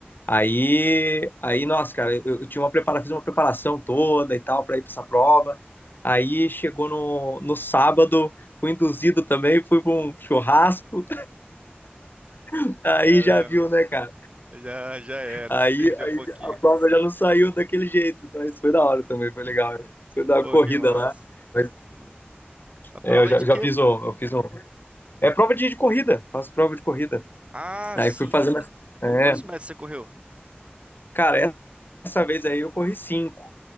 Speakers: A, on the left (about 55°); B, on the right (about 30°).
A: Aí, aí, nossa, cara, eu, eu tinha uma prepara, fiz uma preparação toda e tal pra ir pra essa prova. Aí chegou no, no sábado, fui induzido também, fui pra um churrasco. <laughs> Aí
B: Caramba,
A: já viu, né, cara?
B: já já era,
A: Aí,
B: se perdeu
A: aí
B: um pouquinho.
A: a prova já não saiu daquele jeito, mas foi da hora também, foi legal. Foi da
B: Pô,
A: corrida
B: que massa.
A: lá. Mas
B: Que massa. A prova
A: é, eu já,
B: de
A: já
B: quê?
A: fiz um, eu fiz um. É prova de, de corrida, faço prova de corrida.
B: Ah,
A: Aí
B: sim.
A: fui fazer mais.
B: Qu-
A: É,
B: Quantos metros você correu?
A: cara, essa vez aí eu corri cinco.